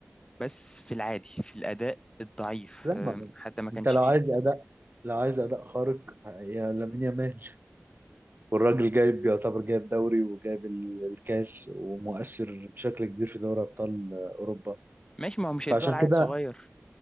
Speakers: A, on the left; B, on the right.
A: بس في العادي في الاداء الضعيف
B: لا ما
A: أم، حتى ما كانش
B: انت لو
A: فيه
B: عايز اداء لو عايز اداء خارق يا لامين يامال والراجل جايب يعتبر جايب دوري وجايب ال- الكاس ومؤثر بشكل كبير في دوري ابطال اوروبا
A: ماشي ما هو مش
B: فعشان
A: هيدوها لعيل
B: كده
A: صغير